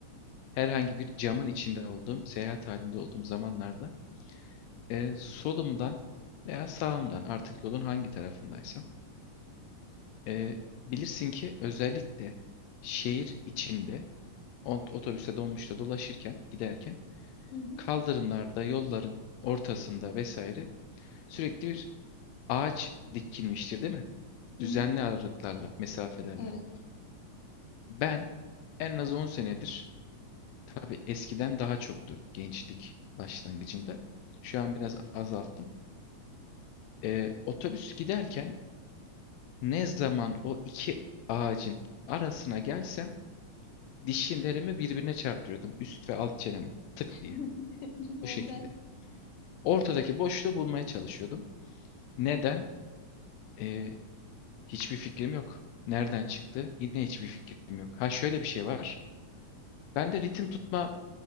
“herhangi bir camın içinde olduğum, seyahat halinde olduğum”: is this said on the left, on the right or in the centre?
Left